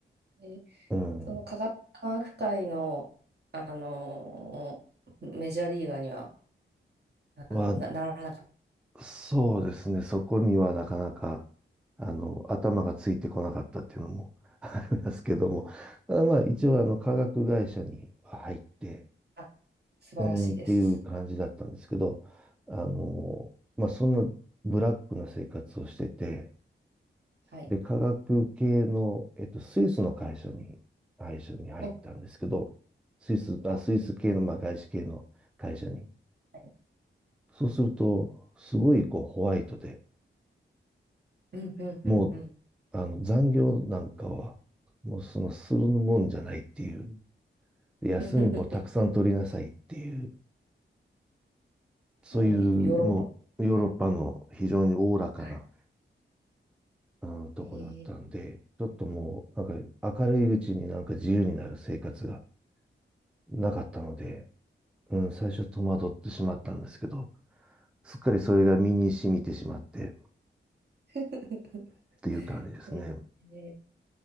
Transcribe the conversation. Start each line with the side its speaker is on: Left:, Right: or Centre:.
Right: で
Centre: うん、
Right: その科学、科学界の、あのメジャーリーガーにはあのな、
Centre: は、
Right: ならなかっ
Centre: そうですね、そこにはなかなか、あの、頭がついてこなかったっていうのも <laughs> ありますけども、ただまあ、一応、あの、化学会社には入って、
Right: た。素晴らしいです。
Centre: うん、っていう感じだったんですけど、あの、まあ、そんなブラックな生活をしてて、
Right: はい。
Centre: で、化学系の、えっと、スイスの会社に、会社に入ったんですけど、
Right: お、
Centre: スイス、あ、
Right: あ、
Centre: スイス系の、まあ、外資系の会社に。
Right: はい。はい
Centre: そうすると、すごいこうホワイトで、
Right: うんうんうんうん。
Centre: もう、あの、残業なんかは、もうその、するもんじゃないっていう、で休みもたくさん取りなさいっていう、
Right: <laughs>
Centre: そういう、
Right: お、ヨーロッパですね。
Centre: もう、ヨーロッパの非常におおらかな、
Right: はい。
Centre: うん、とこだったんで、
Right: えー、
Centre: ちょっともう、なんか、明るいうちになんか自由になる生活がなかったので、うん、最初戸惑ってしまったんですけど、すっかりそれが身に染みてしまってっ
Right: <laughs>
Centre: ていう感じですね。
Right: えーえ